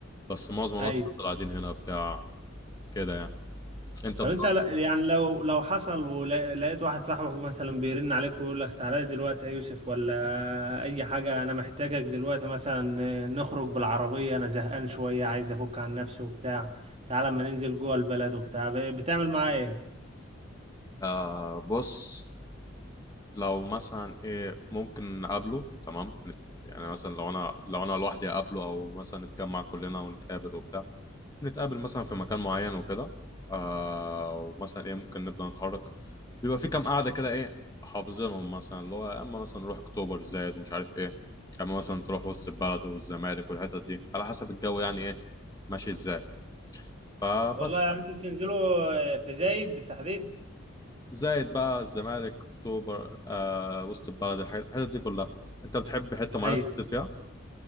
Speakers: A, on the left; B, on the right.
A: بس معظم الوقت
B: ايوه
A: بنفضل قاعدين هنا بتاع كده يعني انت
B: طب
A: ب...
B: انت ل- يعني لو لو حصل ولقيت واحد صاحبك مثلا بيرن عليك ويقول لك تعالى لي دلوقتي يا يوسف ولا اي حاجة انا محتاجك دلوقتي مثلا نخرج بالعربية انا زهقان شوية عايز افك عن نفسي وبتاع تعالى اما ننزل جوه البلد وبتاع ب- بتعمل معاه ايه
A: آه بص لو مثلا ايه ممكن نقابله تمام نت- يعني مثلا لو انا لو انا لوحدي اقابله او مثلا نتجمع كلنا ونتقابل وبتاع نتقابل مثلا في مكان معين وكده آه ومثلا ايه ممكن نبدأ نتحرك بيبقى في كام قاعدة كده ايه حافظينهم مثلا اللي هو يا اما مثلا نروح اكتوبر زايد ومش عارف ايه يا اما مثلا تروح وسط البلد والزمالك والحتت دي على حسب الجو يعني ايه ماشي ازاي فبس
B: والله يعني انتوا بتنزلوا في زايد بالتحديد
A: زائد بقى الزمالك اكتوبر آه، وسط البلد الحاجات الحتت دي كلها انت بتحب حته معينه
B: ايوه
A: تنزل فيها